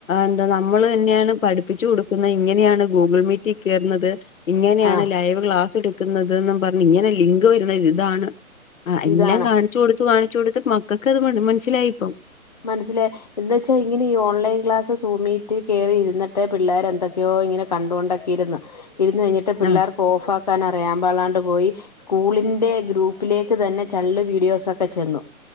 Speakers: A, on the left; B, on the left.
A: എന്താ നമ്മള് തന്നെയാണ് പഠിപ്പിച്ചു കൊടുക്കുന്ന ഇങ്ങനെയാണ് ഗൂഗിൾ മീറ്റി കേറുന്നത് ഇങ്ങനെയാണ്
B: ആഹ്
A: ലൈവ് ക്ലാസ് എടുക്കുന്നത്ന് ന്ന് പറഞ്ഞ് ഇങ്ങനെ ലിങ്ക് വരുന്നത് ഇതാണ് ആഹ് എല്ലാം
B: ഇതാണ്
A: കാണിച്ചു കൊടുത്ത് കാണിച്ചു കൊടുത്ത് മക്കൾക്ക് ഇത് മനസ്സിലായിപ്പോ
B: മനസ്സിലെ എന്ന് വെച്ചാ ഇങ്ങനെ ഈ ഓൺലൈൻ ക്ലാസ് സൂമീറ്റ് കേറിരുന്നിട്ടെ പിള്ളേര് എന്തൊക്കെയോ ഇങ്ങനെ കണ്ടുകൊണ്ടക്കെയിരുന്നു ഇരുന്ന് കഴിഞ്ഞിട്ട് പിള്ളേർക്ക്
A: ആ
B: ഓഫ് ആക്കാൻ അറിയാ പാടില്ലാണ്ട് പോയി സ്കൂളിന്റെ ഗ്രൂപ്പിലേക്ക് തന്നെ ചള്ള് വീഡിയോസൊക്കെ ചെന്നു